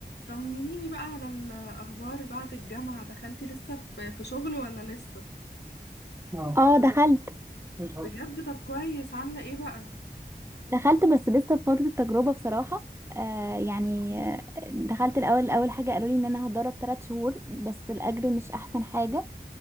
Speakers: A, on the left; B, on the right.
A: طمنيني بقى على الأخبار بعد الجامعة دخلتي لسه في في شغل ولا لسه؟
B: اه اه دخلت مش
A: بجد
B: حاضر
A: طب كويس عاملة ايه بقى؟
B: دخلت بس لسه في فترة تجربة بصراحة آه يعني آه، دخلت الأول أول حاجة قالوا لي إن أنا هتدرب ثلاث شهور بس الأجر مش أحسن حاجة